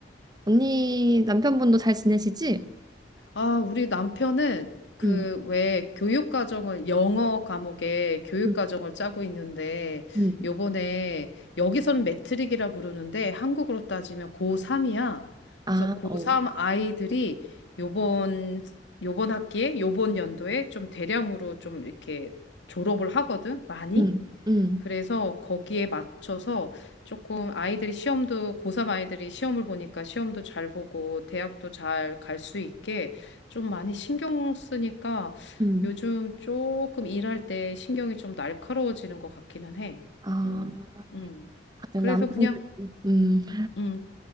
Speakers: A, on the right; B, on the left.
A: 언니 남편분도 잘 지내시지?
B: 아, 우리 남편은 그
A: 음.
B: 왜 교육과정을 영어 과목에 교육과정을
A: 음.
B: 짜고 있는데
A: 음.
B: 요번에 여기서는 매트릭이라 부르는데 한국으로 따지면 고3이야.
A: 아,
B: 그래서 고3
A: 어.
B: 아이들이 요번 요번 학기에 요번 연도에 좀 대량으로 좀 이렇게 졸업을 하거든. 많이.
A: 음. 음.
B: 그래서 거기에 맞춰서 조금 아이들이 시험도, 고3 아이들이 시험을 보니까 시험도 잘 보고 대학도 잘 갈 수 있게 좀 많이 신경 쓰니까
A: 음.
B: 요즘 조금 일할 때 신경이 좀 날카로워지는 것 같기는 해.
A: 아,
B: 어, 음.
A: 다들
B: 그래서
A: 남편들.
B: 그냥,
A: 음.
B: 음,